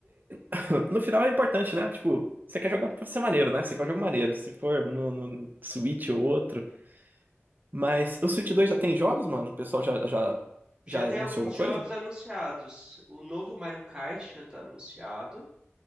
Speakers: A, on the right (about 45°); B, on the right (about 20°).
A: <laughs> No final é importante, né? Tipo, você quer jogar pra ser maneiro, né? Você quer um jogo maneiro. Se for no, no Switch ou outro. Mas o Switch dois já tem jogos, mano? O pessoal já, já,
B: Já
A: já
B: tem
A: anunciou
B: alguns
A: alguma
B: jogos
A: coisa?
B: anunciados. O novo Mario Kart já tá anunciado.